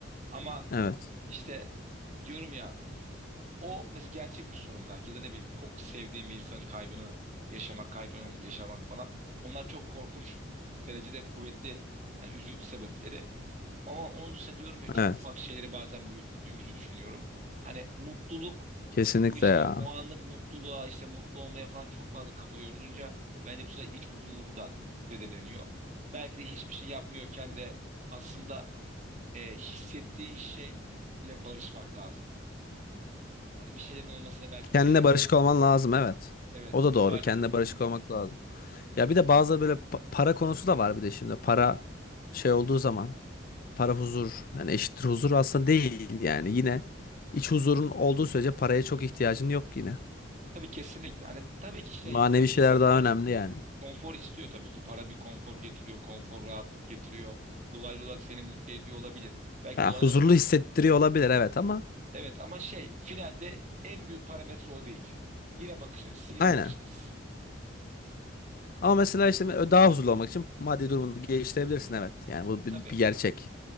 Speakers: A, on the right (about 40°); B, on the left (about 45°).
A: Ama
B: Evet.
A: işte diyorum ya o mesela gerçek bir sorun belki ya da ne bileyim çok sevdiğim bir insanın kaybını yaşamak, kaybını yaşamak falan. Onlar çok korkunç derecede kuvvetli hani üzüntü sebepleri. Ama onun dışında diyorum ya çok
B: Evet.
A: ufak şeyleri bazen büyüttüğümüzü düşünüyorum. Hani mutluluk
B: Kesinlikle
A: O işte
B: ya.
A: o anlık mutluluğa işte mutlu olmaya falan çok fazla kafa yorduğunca bence bu sefer iç huzurumuz da zedeleniyor. Belki de hiçbir şey yapmıyorken de aslında e, hissettiğin şeyle barışmak lazım. Hani bir şeylerin olması da belki de
B: Kendine
A: gerek
B: barışık
A: yok.
B: olman lazım evet.
A: Evet
B: O da doğru.
A: ruh haline.
B: Kendine barışık olmak lazım. Ya bir de bazı böyle pa- para konusu da var bir de şimdi. Para şey olduğu zaman Para huzur. Yani eşittir huzur aslında değil yani. Yine iç huzurun olduğu sürece paraya çok ihtiyacın yok yine.
A: Tabii kesinlikle. Hani tabii ki şey
B: Manevi
A: e,
B: şeyler
A: insan
B: daha
A: konf-
B: önemli yani.
A: konfor istiyor tabii ki. Para bir konfor getiriyor, konfor rahatlık getiriyor. Dolaylı olarak seni mutlu ediyor olabilir. Belki
B: Ha,
A: dolaylı
B: huzurlu
A: olarak
B: hissettiriyor olabilir evet ama
A: Evet ama şey finalde en büyük parametre o değil. Yine bakış açısı, yine
B: aynen.
A: bakış açısı.
B: Ama mesela işte daha huzurlu olmak için maddi durumunu geliştirebilirsin evet. Yani bu
A: Tabii.
B: bir, bir gerçek.